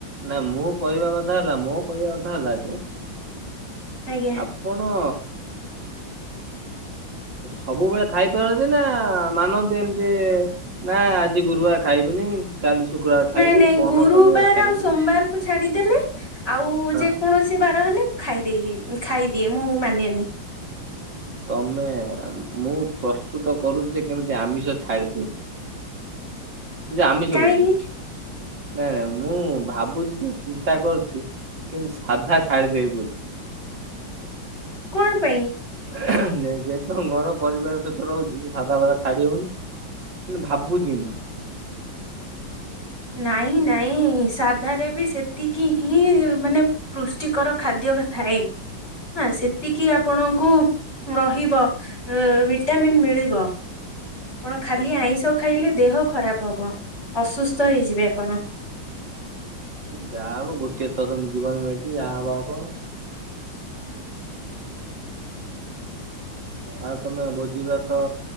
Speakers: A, on the right; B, on the left.
A: ନା ମୁଁ କହିବା କଥା ହେଲା, ମୋ କହିବା କଥା ହେଲା ଯେ
B: ଆଜ୍ଞା।
A: ଆପଣ ସବୁବେଳେ ଖାଇପାରନ୍ତି ନା ମାନନ୍ତି ଏମତି ନା ଆଜି ଗୁରୁବାର ଖାଇବିନି କାଲି ଶୁକ୍ରବାର ଖାଇବି
B: ନାଇଁ ନାଇଁ
A: ପହରଦିନ
B: ଗୁରୁବାର
A: ଶନିବାର ଖାଇବିନି
B: ଆଉ ସୋମବାରକୁ ଛାଡିଦେଲେ ଆଉ
A: ହଁ।
B: ଯେକୌଣସି ବାର ହେଲେ ଖାଇଦେଇହୁଏ, ଖାଇଦିଏ ମୁଁ ମାନେନି।
A: ତମେ, ମୁଁ ପ୍ରସ୍ତୁତ କରୁଚି କେମିତି ଆମିଷ ଛାଡିଦେବି। ଯେ ଆମିଷ
B: କାହିଁକି
A: କହୁଚି, ନାଇଁ ନାଇଁ ମୁଁ ଭାବୁଚି ଯେ ଚିନ୍ତା କରୁଚି କେମିତି ସାଧା ଛାଡି ଦେବି ବୋଲି।
B: କଣ ପାଇଁ?
A: ଯେହେତୁ ଆମ ଘର ପରିବାର ସହିତ ରହୁଚି ସାଦା ଫାଦା ଛାଡି ହଉନି। କିନ୍ତୁ ଭାବୁଚି ମୁଁ
B: ନାଇଁ ନାଇଁ ସାଧାରେ ବି ସେତିକି ହିଁ ମାନେ ପୁଷ୍ଟିକର ଖାଦ୍ୟ ଥାଏ। ସେତିକି ଆପଣଙ୍କୁ ରହିବ ଅଁ ଭିଟାମିନ୍ ମିଳିବ। ଆପଣ ଖାଲି ଆଇଁଷ ଖାଇଲେ ଦେହ ଖରାପ ହବ। ଅସୁସ୍ଥ ହେଇଯିବେ ଆପଣ।
A: ଯାହା ହବ ଗୋଟଏ ଥରତ ଜୀବନ ମିଳିଚି ଯାହା ହବ ହବ। ଆଉ ତମେ ଭୋଜିଭାତ